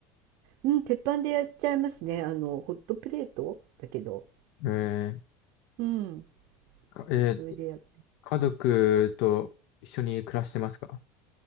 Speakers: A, on the right; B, on the left.
A: うん、鉄板でやっちゃいますね。あの、ホットプレートだけど。
B: え
A: うん、
B: ー、かえー
A: それでやっ
B: 家族と一緒に暮らしてますか